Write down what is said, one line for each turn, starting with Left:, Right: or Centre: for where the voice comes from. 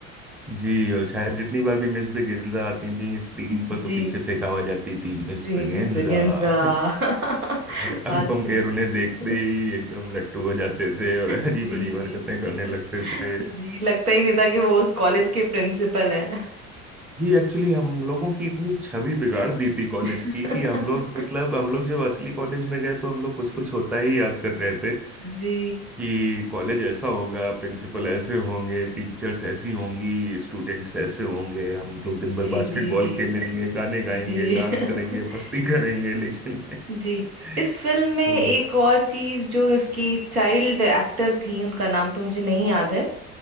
Centre: जी और शायद जितनी बार भी मिस ब्रिगेंजा आती थी स्क्रीन पर तो
Right: जी
Centre: पीछे से एक आवाज आती थी मिस
Right: जी
Centre: ब्रिगेंजा
Right: मिस ब्रेगेंजा
Centre: <laughs>
Right: <laughs>
Centre: और अनुपम
Right: बात सही
Centre: खेर उन्हें देखते
Right: <laughs>
Centre: ही एकदम लट्टू हो जाते थे और अजीब
Right: जी
Centre: अजीब
Right: जी
Centre: हरकतें करने लगते थे
Right: जी लगता ही नहीं था कि वो उस कॉलेज के प्रिंसिपल है
Centre: जी एक्चुअली हम लोगों की इतनी छवि बिगाड़ दी थी कॉलेज
Right: <laughs>
Centre: की कि हम लोग मतलब हम लोग जब असली कॉलेज में गए तो हम लोग कुछ कुछ होता ही याद कर रहे थे
Right: जी
Centre: कि कॉलेज ऐसा होगा प्रिंसिपल ऐसे होंगे टीचर्स ऐसी होंगी स्टूडेंट्स ऐसे होंगे हम लोग दिन भर
Right: जी
Centre: बास्केटबॉल
Right: जी जी
Centre: खेलेंगे गाने गाएंगे
Right: जी
Centre: डांस
Right: <laughs>
Centre: करेंगे मस्ती करेंगे लेकिन
Right: जी
Centre: <laughs>
Right: इस फिल्म में एक
Centre: तो
Right: और चीज जो इसकी चाइल्ड एक्टर थी उनका नाम तो मुझे नहीं याद है